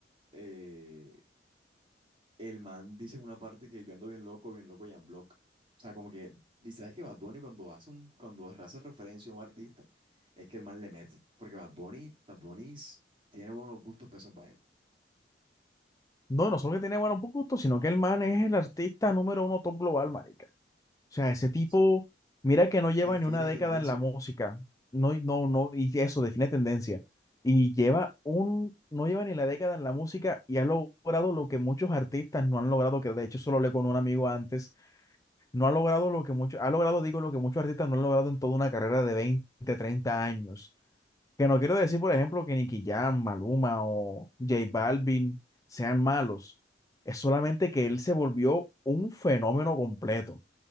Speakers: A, on the right (about 30°); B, on the left (about 20°).
A: eh, el man dice en una parte que yo ando bien loco, bien loco y en block. O sea, como que, y sabes que Bad Bunny cuando hace un, cuando hace referencia a un artista, es que el man le mete, porque Bad Bunny, Bad Bunny s- tiene buenos gustos para esas vainas.
B: No, no solo que tiene buenos puntos, sino que el man es el artista número uno top global, marica. O sea, ese tipo,
A: Sí.
B: mira que no lleva
A: Define
B: ni una década
A: tendencia.
B: en la música. No, no, no, y eso define tendencia. Y lleva un, no lleva ni la década en la música y ha logrado lo que muchos artistas no han logrado, que de hecho solo hablé con un amigo antes, no ha logrado lo que muchos, ha logrado, digo, lo que muchos artistas no han logrado en toda una carrera de 20 treinta años Que no quiero decir, por ejemplo, que Nicky Jam, Maluma o J Balvin sean malos. Es solamente que él se volvió un fenómeno completo.